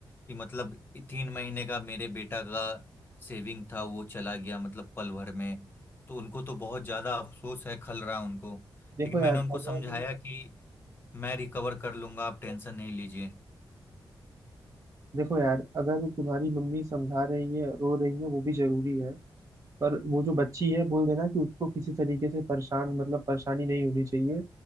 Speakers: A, on the left; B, on the right.
A: कि मतलब तीन महीने का मेरे बेटा का सेविंग था वो चला गया मतलब पल भर में तो उनको तो बहुत ज्यादा अफसोस है खल रहा है उनको
B: देखो
A: लेकिन मैंने
B: यार
A: उनको
B: अगर
A: समझाया कि मैं रिकवर कर लूंगा आप टेंशन नहीं लीजिए
B: देखो यार अगर तुम्हारी मम्मी समझा रही है रो रही है वो भी जरूरी है पर वो जो बच्ची है बोल देना कि उसको किसी तरीके से परेशान मतलब परेशानी नहीं होनी चाहिए